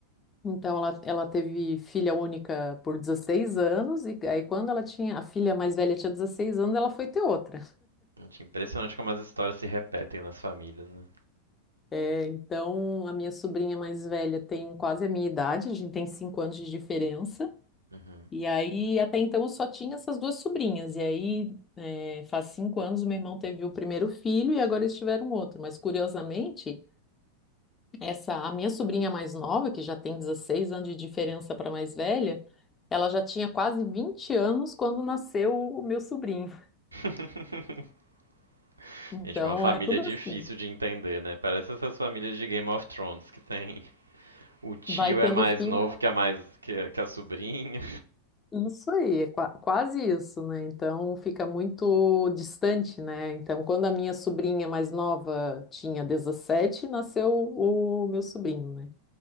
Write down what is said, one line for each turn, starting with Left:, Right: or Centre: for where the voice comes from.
Left: Então ela, ela teve filha única por 16 anos, e aí quando ela tinha, a filha mais velha tinha 16 anos, ela foi ter outra.
Right: Gente, impressionante como as histórias se repetem nas famílias, né?
Left: É, então a minha sobrinha mais velha tem quase a minha idade, a gente tem 5 anos de diferença.
Right: Uhum.
Left: E aí até então eu só tinha essas duas sobrinhas. E aí é, faz cinco anos meu irmão teve o primeiro filho e agora eles tiveram outro. Mas curiosamente, Essa, a minha sobrinha mais nova, que já tem 16 anos de diferença para a mais velha, ela já tinha quase 20 anos quando nasceu o meu sobrinho.
Right: <laughs>
Left: Então
Right: Gente, uma família
Left: é tudo
Right: difícil
Left: assim.
Right: de entender, né? Parece essas famílias de Game of Thrones que tem o tio
Left: Vai tendo
Right: é mais
Left: filho,
Right: novo que a mais que a, que a sobrinha
Left: isso aí, é qua- quase isso, né? Então fica muito distante, né? Então, quando a minha sobrinha mais nova tinha 17, nasceu o meu sobrinho, né?